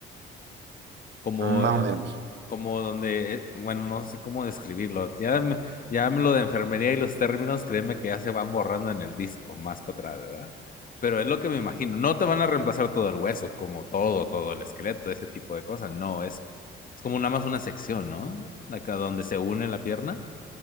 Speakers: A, on the left; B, on the right.
A: Como,
B: Más
A: eh,
B: o menos.
A: como donde, eh, bueno, no sé cómo describirlo. Ya, me- ya me lo de enfermería y los términos, créeme que ya se van borrando en el disco, más para atrás, ¿verdad? Pero es lo que me imagino. No te van a reemplazar todo el hueso, como todo, todo el esqueleto, ese tipo de cosas. No, es, es como nada más una sección, ¿no? Acá donde se une la pierna.